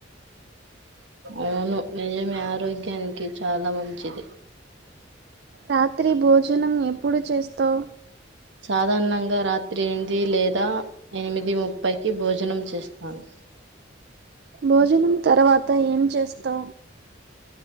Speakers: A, on the right; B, on the right.
A: అవును నిజమే ఆరోగ్యానికి చాలా మంచిది.
B: రాత్రి భోజనం ఎప్పుడు చేస్తావ్.
A: సాధారణంగా రాత్రి ఎనిమిది లేదా ఎనిమిది ముప్పైకి భోజనం చేస్తాను.
B: భోజనం తర్వాత ఏం చేస్తావ్.